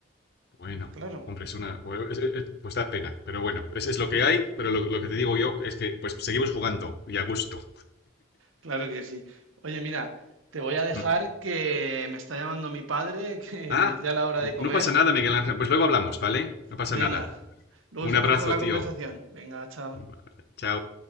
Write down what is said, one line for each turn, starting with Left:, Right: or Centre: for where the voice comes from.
Left: Bueno,
Right: Claro,
Left: hombre, es una. bueno, es- es- eh, pues da pena, pero bueno, es, es lo que hay, pero lo, lo que te digo yo es que pues seguimos jugando y a gusto.
Right: claro que sí. Oye, mira, te voy a dejar
Left: Mm.
Right: que me está llamando mi padre, <laughs> que
Left: Ah,
Right: es ya la hora
Left: no
Right: de comer.
Left: pasa nada, Miguel Ángel. Pues luego hablamos, ¿vale? No pasa
Right: Venga,
Left: nada.
Right: luego
Left: Un
Right: seguimos
Left: abrazo,
Right: con la
Left: tío.
Right: conversación. Venga, chao.
Left: Vale, Chao.